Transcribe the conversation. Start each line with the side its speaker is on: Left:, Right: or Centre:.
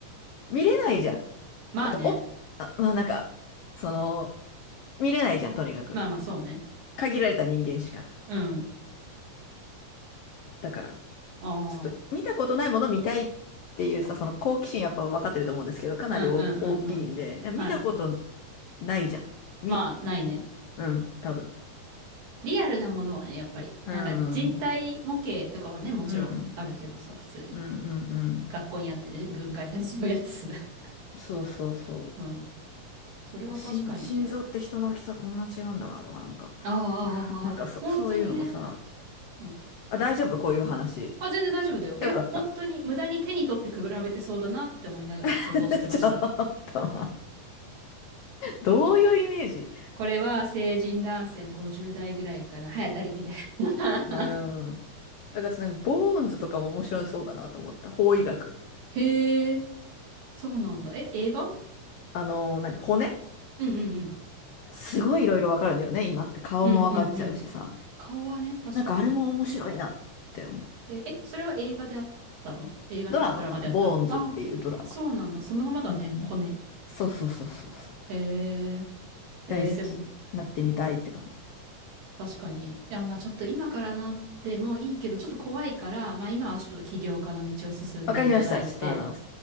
Left: 見れないじゃん。
Right: まあね。
Left: あと、お、あまあなんか、その、見れないじゃん、とにかく。
Right: まあまあ、そうね。
Left: 限られた人間しか。
Right: うん。
Left: だから、
Right: ああ、
Left: ちょっと見たことないもの見たいっていうさ、
Right: うん、
Left: その好奇心やっぱ分かってると思うんですけど、かなり大大きいんで、
Right: うん、うん、うん。
Left: いや見たこと
Right: はいはい。
Left: ないじゃん。み、
Right: まあ、ないね。
Left: うん、多分。
Right: リアルなものはね、やっぱり、
Left: うん、
Right: なんか人体模型とかはね、
Left: うん、
Right: もちろんあるけどさ、
Left: うん、
Right: 普通に。
Left: うん、うん。
Right: 学校にあってね、分解されちゃうやつ。<laughs>
Left: そうそうそ
Right: うん。それは確かにね。
Left: う。心、心臓って人の大きさこんな違うんだなとか、なんか、
Right: ああ、
Left: <laughs> なんかそ、
Right: ああ本当にね。
Left: そういうのもさ、
Right: うん。
Left: あ、大丈夫こういう話。
Right: あ、全然大丈夫だよ。いや、
Left: よかった。
Right: 本当に無駄に手に取って比べてそうだなって思いながら想像してました。
Left: <laughs> ちょっと、どういうイメージ
Right: これは成人男性50代ぐらいかな。早たり、みたいな。
Left: うん。だからなんか、ボーンズとかも面白そうだなと思った。法医学。
Right: <laughs> へえ、そうなんだ。え、映画
Left: あのー、何骨
Right: うんうんうん。
Left: すごいいろいろわかるんだよね、今って。顔もわかっちゃうしさ。
Right: うんうんうん。顔はね、確かに。
Left: なんかあれも面白いなって思う。
Right: え、え、それは映画であったの映画とかドラマであったのああ、
Left: ドラマかなボーンズっていうドラマ。
Right: そうなんだ。そのままだね、
Left: うん。
Right: 骨。
Left: そうそうそうそうそう。
Right: へえ、えーでも、
Left: 大好き。なってみたいって感じ。
Right: 確かに。いや、まあちょっと今からなってもいいけど、ちょっと怖いから、まあ今はちょっと起業家の道を進んでいただいて、
Left: わかりました。ちょっとあの、